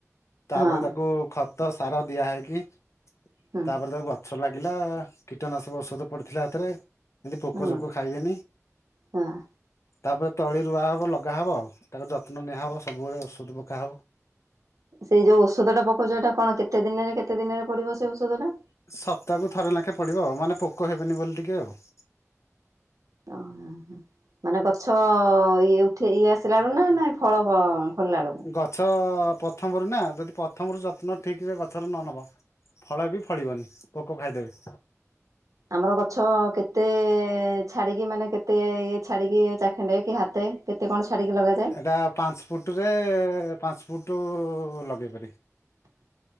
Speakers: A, on the left; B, on the right.
A: ତାପରେ
B: ହଁ
A: ତାକୁ ଖତ ସାର ଦିଆ ହେଇକି ତାପରେ
B: ହୁଁ
A: ତାକୁ ଗ ଛ ଲାଗିଲା କୀଟନାଶକ ଔଷଧ ପଡ଼ିଥିଲା ଏଥରେ। ଯେମିତି ପୋକ
B: ହଁ
A: ଜୋକ ଖାଇବେନି।
B: ହଁ
A: ତାପରେ ତଳି ରୁଆ ହବ ଲଗା ହବ। ତାକୁ ଯତ୍ନ ନିଆହବ ସବୁବେଳେ ଔଷଧ ପକାହବ।
B: ସେଇ ଯୋଉ ଔଷଧ ଟା ପକଉଚ। ଏଟା କଣ କେତେ ଦିନରେ କେତେ ଦିନରେ ପଡିବ ସେଇ ଔଷଧ ଟା?
A: ସପ୍ତାହକୁ ଥରେ ନାଖେ ପଡ଼ିବ ମାନେ ପୋକ ହେବେନି ବୋଲି ଟିକେ ଆଉ।
B: ଓ ହଁ, ହଁ। ମାନେ ଗଛ ଇଏ ଉଠି ଇଏ ଆସିଲା ବେଳୁ ନା ନାଇ ଫଳ ଫ-ଫଳିଲା ବେଳକୁ?
A: ଗଛ ପ୍ରଥମରୁ ନା ଯଦି ପ୍ରଥମରୁ ଯତ୍ନ ଠିକ ରେ ଗଛର ନ ନବ ଫଳ ବି ଫଳିବନି ପୋକ ଖାଇଦେବେ।
B: ଆମର ଗଛ କେତେ ଛାଡ଼ିକି ମାନେ କେତେ ଇଏ ଛାଡିକି ଚାଖେଣ୍ଡେ କି ହାତେ କେତେ କଣ ଛାଡ଼ିକି ଲଗା
A: ଏଟା ପାଞ୍ଚ ଫୁଟ୍ ରେ ପାଞ୍ଚ ଫୁଟୁ ଲଗେଇ ପାରିବି।